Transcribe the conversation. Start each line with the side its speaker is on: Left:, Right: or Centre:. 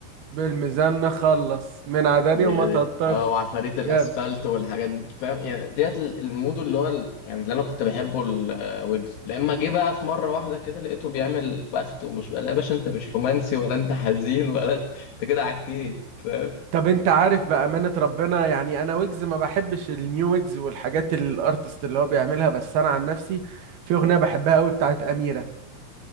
Right: بالميزان نخلص من عداني
Left: هي
Right: وما تضطرش
Left: دي اه وعفاريت الاسفلت
Right: جامد
Left: والحاجات دي فاهم يعني ديت ال- المود اللي هو ال- يعني اللي انا كنت بحبه الويجز لما جه بقى في مرة واحدة كده لقيته بيعمل بخت ومش بقى لا يا باشا انت مش رومانسي ولا انت حزين ولا انت انت كده عكيت فاهم
Right: طب انت عارف بأمانة ربنا يعني انا ويجز ما بحبش النيو ويجز والحاجات الارتست اللي هو بيعملها بس انا عن نفسي في اغنية بحبها قوي بتاعت أميرة